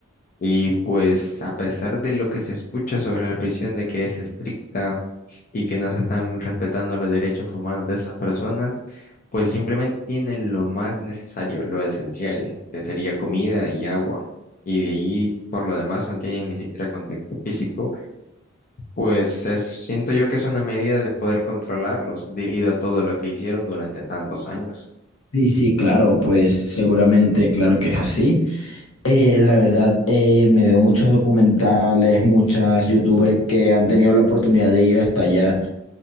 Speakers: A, on the left; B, on the left.
A: Y pues a pesar de lo que se escucha sobre la prisión de que es estricta, y que no se están respetando los derechos humanos de estas personas, pues simplemente tienen lo más necesario, lo esencial, que sería comida y agua. Y de ahí, por lo demás, no tienen ni siquiera contacto físico. Pues es- siento yo que es una medida de poder controlarlos debido a todo lo que hicieron durante tantos años.
B: Sí, sí, claro, pues seguramente, claro que es así. Eh, la verdad, eh, me veo muchos documentales, muchas youtubers que han tenido la oportunidad de ir hasta allá